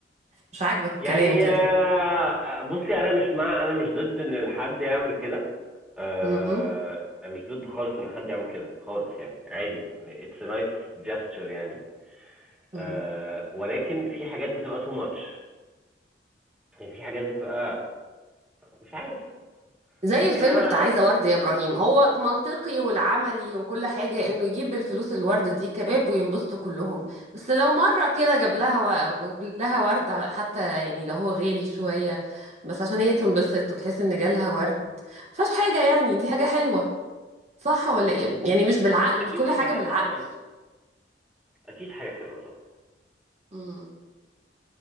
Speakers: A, on the right; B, in the centre.
A: مش عاجبك الكلام
B: يعني
A: كده
B: آه، بصي أنا مش مع أنا مش ضد إن حد يعمل كده آه،
A: م-
B: أنا مش ضد خالص إن حد يعمل كده خالص يعني عادي it's a nice gesture يعني
A: م.
B: آه، ولكن في حاجات بتبقى too much يعني في حاجات بتبقى مش عارف
A: زي
B: ممكن
A: الفيلم
B: أنا
A: بتاع عايزة ورد يا إبراهيم هو منطقي والعملي وكل حاجة إنه يجيب بالفلوس الورد دي كباب وينبسطوا كلهم بس لو مرة كده جاب لها و... جاب لها ورد حتى يعني لو هو غالي شوية بس عشان هي تنبسط وتحس إن جالها ورد مفيهاش حاجة يعني دي حاجة حلوة صح ولا إيه يعني مش بالعقل
B: أكيد
A: مش كل
B: حاجة
A: حاجة
B: حلوة
A: بالعقل
B: طبعا اكيد حاجه حلوه طبعا
A: امم